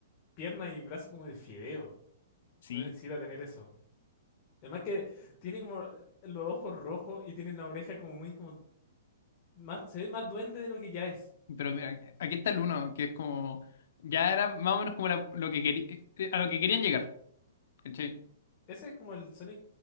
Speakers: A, on the left; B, on the left.
A: pierna y brazo como de fideo.
B: sí.
A: No necesita tener eso. Además que tiene como los ojos rojos y tiene la oreja como muy como más, se ve más duende de lo que ya es.
B: Pero mira, aquí está el uno, que es como, ya era más o menos como la- lo que quería, a lo que querían llegar, ¿cachai?
A: Ese es como el Sonic